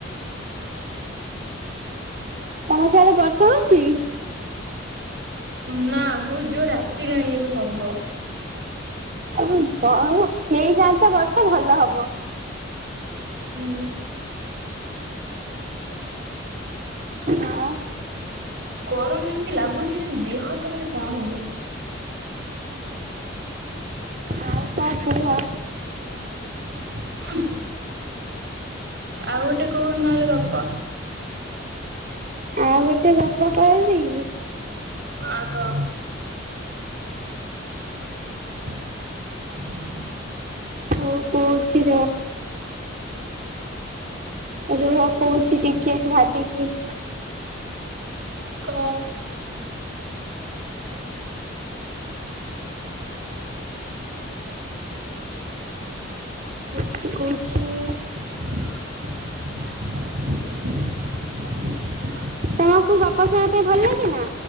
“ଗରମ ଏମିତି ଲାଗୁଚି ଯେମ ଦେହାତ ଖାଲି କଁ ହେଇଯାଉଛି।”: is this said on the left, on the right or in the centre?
Right